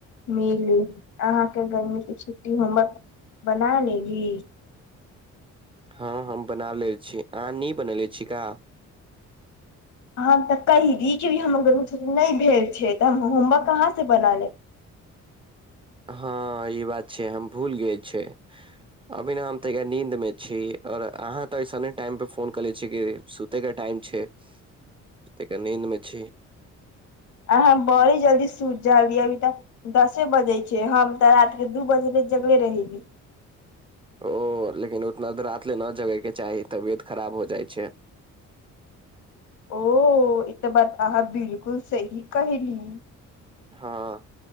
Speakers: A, on the left; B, on the right.
A: मिली, अहाँ के गर्मी के छुट्टी होमवर्क बना लेली।
B: हँ हम बना लेल छी, अहाँ नै बनेले छी का।
A: हम तऽ कैह दी कि भी हमर गरमी छुट्टी नै भेल छै, तऽ हम होमवर्क कहाँ से बना लेब।
B: हँ ई बात छैय, हम भूल गेल छै। अबी ना हम तऽ गैऽ नीन्द में छी। और आहाँ तऽ अइसने टाइम पे फोन कले छी कि, सुतै के टाइम छै। तै के नीन्द में छी।
A: आहाँ बऽड़ी जल्दी सूत जाली यै अभी तऽ। दसे बजे छै, हम तऽ रात के दू बजे ले जगले रहेली।
B: ओ लेकिन उतना देर रात ले न जगे के चाही, तबियत खराब हो जाइ छै।
A: ओ ई तऽ बात आहाँ बिल्कुल सही कहेली।
B: हँ,